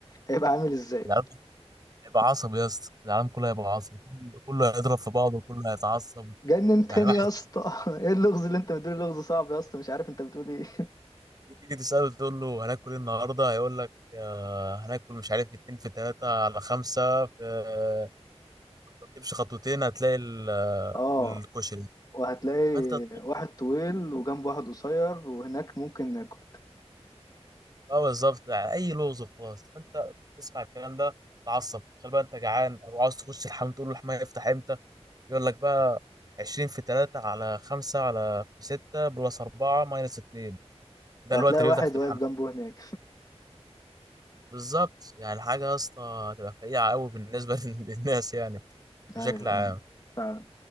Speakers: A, on the left; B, on the right.
A: هيبقى عامل ازاي
B: العالم هيبقى عصبي يا اسطى العالم كله هيبقى عصبي كله كله هيضرب في بعضه وكله هيتعصب
A: جنن
B: يعني
A: تاني
B: واحد
A: يا اسطى <laughs> ايه اللغز اللي انت بتقول لغز صعب يا اسطى مش عارف انت بتقول ايه <laughs>
B: تيجي تيجي تسأله تقول له هناكل ايه النهارده هيقول لك آه، هناكل مش عارف اتنين في تلاتة على خمسة في تمشي خطوتين هتلاقي ال-
A: اه
B: الكشري
A: وهتلاقي
B: فانت تطلب
A: واحد طويل وجنبه واحد قصير وهناك ممكن ناكل
B: اه بالظبط اي لوز وخلاص فانت تسمع الكلام ده تعصب تخيل بقى انت جعان او عاوز تخش الحمام تقول له الحمام يفتح امتى يقول لك بقى 20 في 3 على 5 على في 6 بلس 4 ماينس 2 ده
A: وهتلاقي
B: الوقت اللي
A: واحد
B: بيفتح في الحمام
A: واقف جنبه هناك
B: بالظبط يعني حاجه يا اسطى هتبقى فقيعه قوي بالنسبه <laughs> للناس يعني بشكل
A: ايوه
B: عام
A: فعلا